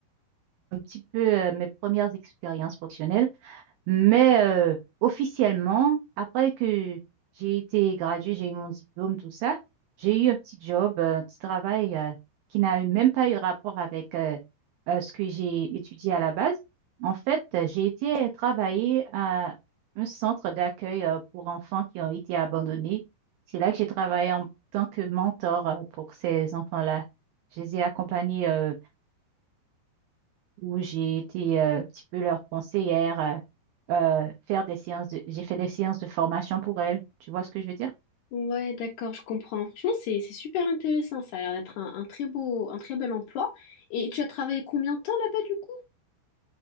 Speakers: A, on the right; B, on the left.
A: un petit peu euh, mes premières expériences professionnelles. Mais euh, officiellement, après que j'ai été graduée, j'ai eu mon diplôme, tout ça, j'ai eu un petit job, euh, un petit travail euh, qui n'a même pas eu rapport avec euh, euh, ce que j'ai étudié à la base. En fait, euh, j'ai été travailler à un centre d'accueil euh, pour enfants qui ont été abandonnés. C'est là que j'ai travaillé en tant que mentor euh, pour ces enfants-là. Je les ai accompagnés euh, où j'ai été euh, un petit peu leur conseillère, euh, euh, faire des séances de, j'ai fait des séances de formation pour elles. Tu vois ce que je veux dire?
B: Ouais, d'accord, je comprends. Franchement, c'est c'est super intéressant. Ça a l'air d'être un, un très beau, un très bel emploi. Et tu as travaillé combien de temps là-bas du coup?